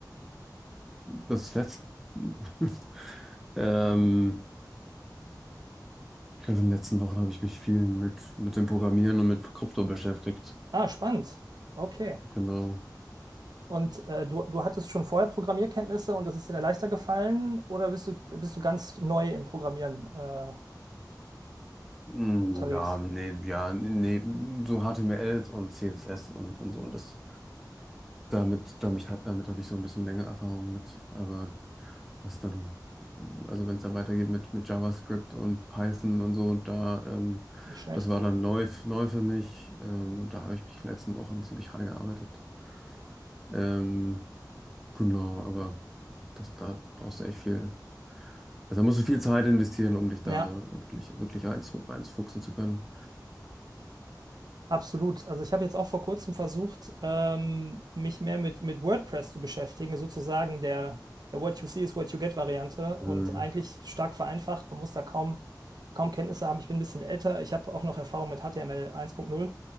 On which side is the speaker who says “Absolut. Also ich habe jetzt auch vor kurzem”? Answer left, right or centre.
Right